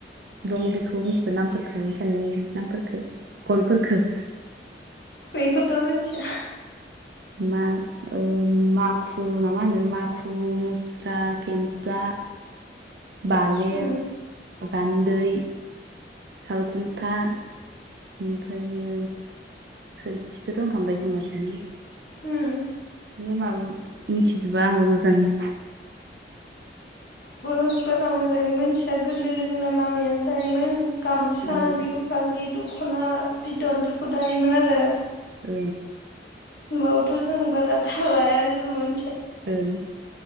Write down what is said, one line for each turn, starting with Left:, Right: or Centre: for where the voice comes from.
Right: दङ बेखौ मिथिगौ नामफोरफोरखौ इसानि नामफोरखो गनफोरफोरखो।
Left: बेखौथ' मोनथिया
Right: मा ओ माखु नामा होनो माखु, मुस्रा, फेमफ्ला बालेब,
Left: उम
Right: गान्दै सालखुन्था ओमफ्रायो सोरखिखौथ' होनखांबाय माथो न'?
Left: उम
Right: बिनो माबा मिथिजोबा आंबो' मोजाङै।
Left: उम बारा मोजाङै मोनथिया गोदो जोंना मामियानो दायोमोन। गामसा
Right: ओं
Left: बिहु फालि दख'ना बिदनफोरखौ दायोमोन आरो।
Right: औ
Left: होमबाबोथ' जों बारा थाल लाया जेबोमोन
Right: ओं